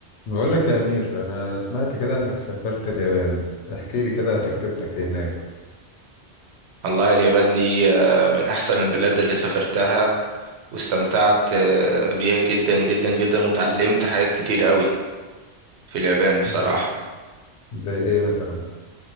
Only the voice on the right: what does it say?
والله اليابان دي آه، من أحسن البلاد اللي سافرتها واستمتعت آه، بيها جدا جدا جدا وتعلمت حاجات كتير قوي في اليابان بصراحة